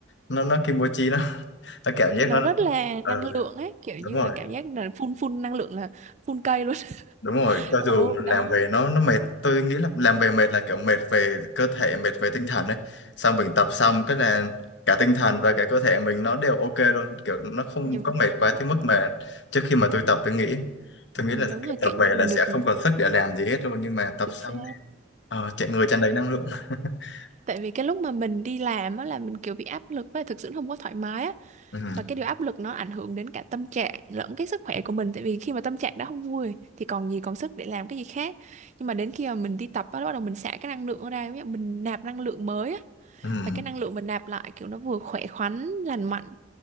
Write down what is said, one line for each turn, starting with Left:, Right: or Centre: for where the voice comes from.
Left: nó nó kimochi nó <laughs> nó cảm giác
Right: nó
Left: nó, nó
Right: rất là năng
Left: ừ,
Right: lượng ấy kiểu như
Left: đúng rồi
Right: là cảm giác là phun phun năng lượng là phun cây luôn
Left: đúng rồi
Right: <laughs>
Left: cho
Right: ồ
Left: dù làm
Right: đó
Left: về nó nó mệt tôi nghĩ là làm về mệt là kiểu mệt về cơ thể mệt về tinh thần ấy xong mình tập xong cái là cả tinh thần và cả cơ thể mình nó đều ok luôn kiểu nó không
Right: Nhiều-
Left: có mệt quá tới mức
Right: đúng rồi
Left: mà trước khi mà tôi tập tôi nghĩ tôi
Right: ừ,
Left: nghĩ là
Right: đúng
Left: kiểu
Right: rồi
Left: tập
Right: kiểu
Left: về
Right: như mình
Left: là sẽ
Right: được
Left: không còn sức để làm gì hết luôn nhưng mà tập
Right: chính
Left: xong
Right: xác
Left: thì ờ, chạy người tràn đầy năng lượng <laughs>
Right: tại vì cái lúc mà mình đi làm á là mình kiểu bị áp lực và thực sự không có thoải mái á
Left: ừ,
Right: và cái điều áp lực nó ảnh hưởng đến cả tâm trạng lẫn cái sức khỏe của mình tại vì khi mà tâm trạng đã không vui thì còn gì còn sức để làm cái gì khác nhưng mà đến khi mà mình đi tập á, bắt đầu mình xả cái năng lượng ra ví dụ mình nạp năng lượng mới á
Left: ừ,
Right: và cái năng lượng mình nạp lại kiểu nó vừa khỏe khoắn lành mạnh